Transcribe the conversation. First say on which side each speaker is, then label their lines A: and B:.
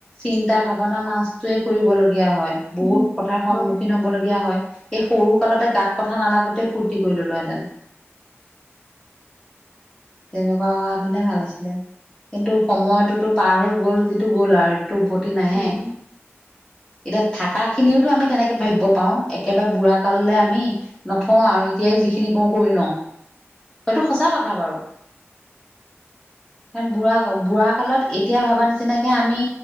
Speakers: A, on the left; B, on the left.
A: চিন্তা ভাব বনা মাছটোৱে কৰিবলগীয়া হয়
B: উম।
A: বহুত কথাৰ সন্মুখীন
B: হয়
A: হব লগীয়া হয়, এই সৰু কালতে গাত কথা নালাগোতেই ফূৰ্তি কৰি ললো। হেতেন তেনেকুৱা হোৱা হেতেনে ভাল আছিলে। কিন্তু সময়টোতো পাৰ হৈ গ'ল যিটো গ'ল আৰু সিটো উভতি নাহে।
B: উম
A: এতিয়া থাকা খিনিওতো আমি তেনেকে ভাবিব পাৰো একেবাৰে বুঢ়া কাললৈ আমি নথওঁ আৰু এতিয়াই যিখিনি মও কৰি লওঁ, সেইটো সঁচা কথা বাৰু।
B: <inaudible>
A: কাৰণ বুঢ়া- বুঢ়া কালত এতিয়া ভবা নিচিনাকে আমি